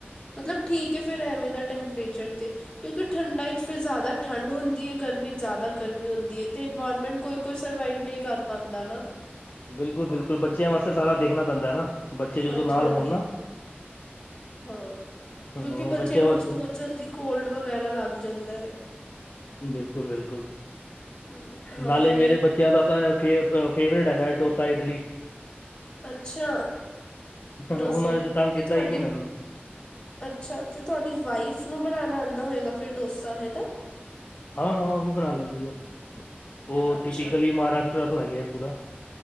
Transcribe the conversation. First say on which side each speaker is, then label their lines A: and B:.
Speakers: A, on the left; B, on the left.
A: ਮਤਲਬ ਠੀਕ ਏ ਫੇਰ ਐਵੇਂ ਦਾ ਟੈਂਪਰੇਚਰ ਤੇ ਕਿਉਂਕਿ ਠੰਡਾ ਇਚ ਫਿਰ ਜ਼ਿਆਦਾ ਠੰਢ ਹੁੰਦੀ ਏ ਗਰਮੀ ਚ ਜ਼ਿਆਦਾ ਗਰਮੀ ਹੁੰਦੀ ਏ ਤੇ ਇਨਵਾਇਰਮੈਂਟ ਕੋਈ ਕੋਈ ਸਰਵਾਈਵ ਨਹੀਂ ਕਰ ਪਾਦਾ ਨਾ
B: ਬਿਲਕੁਲ ਬਿਲਕੁਲ ਬੱਚਿਆਂ ਵਾਸਤੇ ਸਾਰਾ ਦੇਖਣਾ ਪੈਂਦਾ ਏ ਨਾ ਬੱਚੇ ਜਦੋਂ
A: ਹਾਂਜੀ
B: ਨਾਲ
A: ਉਹੀ
B: ਹੋਣ ਨਾ
A: ਹਾਂ ਕਿਉਂਕਿ
B: ਹੂੰ
A: ਬੱਚਿਆਂ ਨੂੰ
B: ਵਾਸਤੇ
A: ਬਹੁਤ ਜਲਦੀ ਕੋਲਡ ਵਗੈਰਾ ਲੱਗ ਜਾਂਦਾ ਏ
B: ਬਿਲਕੁਲ ਬਿਲਕੁਲ
A: ਹਮ, ਹਾਂ
B: ਨਾਲੇ
A: ਇਹੀ
B: ਮੇਰੇ ਬੱਚੇ ਜ਼ਿਆਦਾ ਤਾਂ ਫੇ ਫੇਵਰੇਟ ਹੈਗਾ ਡੋਸਾ ਇਡਲੀ
A: ਅੱਛਾ ਡੋਸੇ
B: ਉਹਨਾਂ
A: ਵੀ
B: ਨੇ
A: ਤੇ
B: ਤੰਗ ਕੀਤਾ
A: ਤੁਹਾਡੇ
B: ਹੀ ਨੀ ਮੈਨੂੰ
A: ਅੱਛਾ ਤੇ ਤੁਹਾਡੀ ਵਾਈਫ ਨੂੰ ਬਨਾਨਾ ਆੰਦਾ ਹੋਏਗਾ ਫਿਰ ਡੋਸਾ ਹੈ ਨਾ
B: ਹਾਂ ਹਾਂ ਉਹ ਵੀ ਬਨਾ ਲੈਂਦੀ ਏ ਉਹ
A: ਅੱਛਾ
B: ਟਿਪੀਕਲੀ ਮਹਾਰਾਸ਼ਟਰ ਤੋਂ ਹੈਗੇ ਆ ਪੂਰਾ